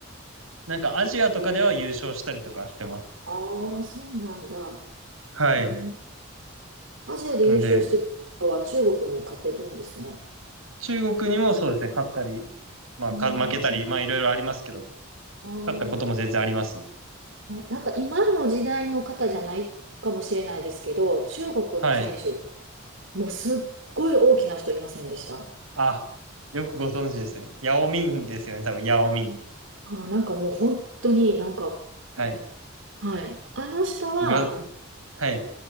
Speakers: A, on the right; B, on the right.
A: なんかアジアとかでは優勝したりとかしてます。
B: ああ、そうなんだ。
A: はい。
B: うん。アジアで優勝してるってことは中国に勝ってるんですね。
A: んで、中国にもそうですね、勝ったり、まあ、
B: う
A: か、負けたり、
B: ん。
A: まあ、いろいろありますけど、
B: あ
A: 勝ったことも全然ありますね。
B: あ、なんか今の時代の方じゃないかもしれないですけど、中国の選手、
A: はい。
B: もうすっごい大きな人いませんでした
A: あ、よくご存知ですね。ヤオミンですよね、多分、ヤオミン。
B: あー、なんかもう本当になんか、
A: はい。
B: はい。あの人は
A: 今、はい。